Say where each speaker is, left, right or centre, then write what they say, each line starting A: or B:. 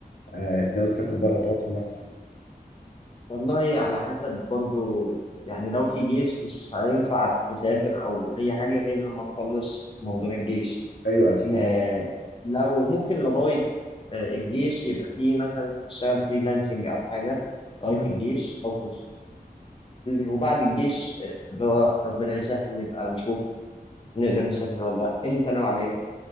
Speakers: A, on the left; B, on the left.
A: آه، ناوي تسافر بره تقعد في مصر
B: والله على حسب برضو يعني لو في جيش مش هينفع تسافر او اي حاجه غير لما تخلص موضوع الجيش
A: ايوه اكيد
B: آه لو ممكن لغايه آه الجيش يبقى في مثلا تشتغل فريلانسنج او حاجه لغايه
A: مم.
B: الجيش او كورس وبعد الجيش آه، اللي هو ربنا يسهل نبقى نشوف نقدر نسافر ولا لا انت ناوي على ايه